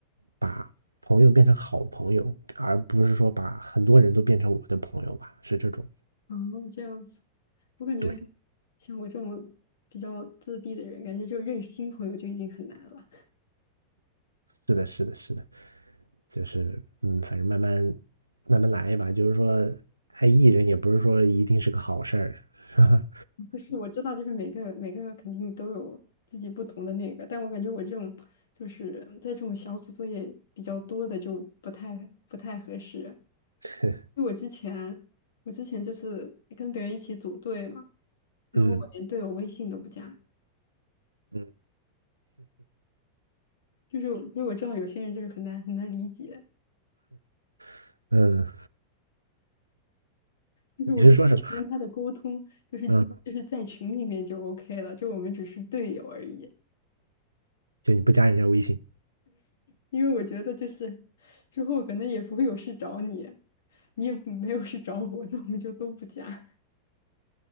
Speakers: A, on the right (about 80°); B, on the left (about 60°).
A: 把朋友变成好朋友，而不是说把很多人都变成我的朋友吧，是这种。
B: 这样子，啊这样子我感觉
A: 对，
B: 像我这种比较自闭的人，感觉就认识新朋友就已经很难了。
A: 是的，是的，是的，就是嗯，反正慢慢慢慢来吧，就是说爱艺人也不是说一定是个好事儿，是吧？
B: <laughs> 就是我知道，就是每个每个肯定都有自己不同的那个，但我感觉我这种就是在这种小组作业比较多的就不太不太合适。
A: <laughs>
B: 就我之前我之前就是跟别人一起组队嘛。然后我连队友微信都不加，
A: 嗯嗯，
B: 就是因为我知道有些人就是很难很难理解，
A: <laughs> 嗯，
B: 就是我觉得我跟他的沟通就是就是在群里面就
A: 你是说什么？嗯。
B: OK 了，就我们只是队友而已。
A: 就你不加人家微信。
B: 因为我觉得就是之后可能也不会有事找你，你也没有事找我，那我们就都不加，